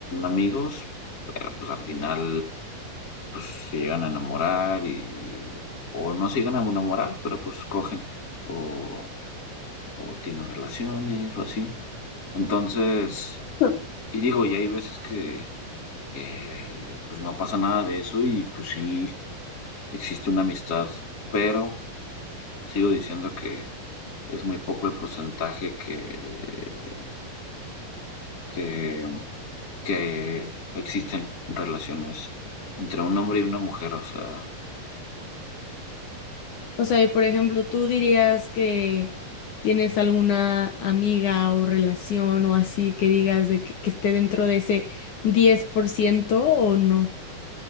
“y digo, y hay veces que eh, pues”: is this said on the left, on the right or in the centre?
Left